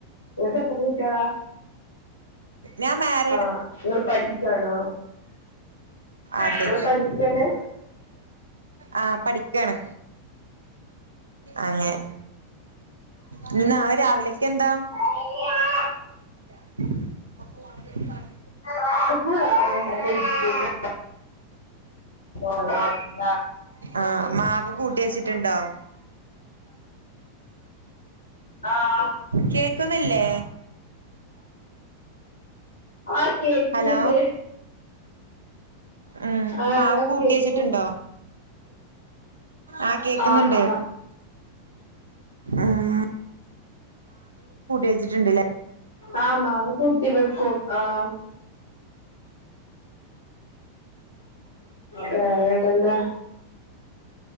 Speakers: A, on the left; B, on the right.
A: ഇങ്ങക്കെത്ര കുട്ടേളാ
B: ഞാൻ മാരീ
A: ആഹ് ഇങ്ങള് പഠിക്കണോ
B: അതെ
A: ങ്ങള് പഠിക്കാണ്
B: ആഹ് പഠിക്കാണ് ഏഹ് ഇനി നാളെ രാവിലെക്കെന്താ
A: അല്ല
B: പ്പ
A: <unintelligible> <unintelligible>
B: ആഹ് മാവ് കൂട്ടി വെച്ചിട്ടുണ്ടോ
A: ആഹ്
B: കേക്കുന്നില്ലേ
A: ആ കേക്കുന്നുണ്ട്
B: ഹലോ ഉം
A: ആ ഹലോ
B: മാവ് കൂട്ടി
A: കേക്കുന്നുണ്ട്
B: വെച്ചിട്ടുണ്ടോ ആഹ് കേക്കുന്നുണ്ട്
A: ആ ആ
B: ആഹ് വെച്ചിട്ടുണ്ട്ല്ലേ
A: ആഹ് മാവ് കുട്ടി വെക്കും ആഹ് വേറെ ഇങ്ങട്ട് എന്താ